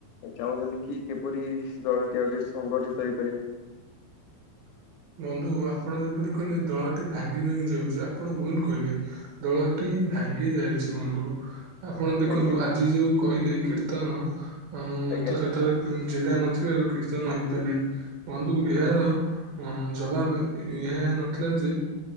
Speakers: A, on the left; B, on the right.
A: ଚାହୁଁଛନ୍ତି କି କିପରି ଦଳଟି ଆଉ ଟିକେ ସଂଗଠିତ ହେଇପାରିବ?
B: <inaudible> ବନ୍ଧୁ ଆପଣ ଯେପରି କହିଲେ ଦଳଟି ଭାଙ୍ଗିଭାଙ୍ଗି ଯାଉଛି ଆପଣ ଭୁଲ କହିଲେ ଦଳଟି ଭାଙ୍ଗି ଯାଇଛି ବନ୍ଧୁ ଆପଣ ଦେଖନ୍ତୁ
A: ଆଜ୍ଞା
B: ଆଜି ଯୋଉ କହିଲେ କୀର୍ତ୍ତନ ଅ
A: ଆଜ୍ଞା
B: ତ ସେଠାରେ ଜେଗା ନଥିଲା ଆଉ କୀର୍ତ୍ତନ ହେଇପାରିଲେଣି ବନ୍ଧୁ ଏହାର ଅ ଜବାବ ଏହା ନଥିଲା ଯେ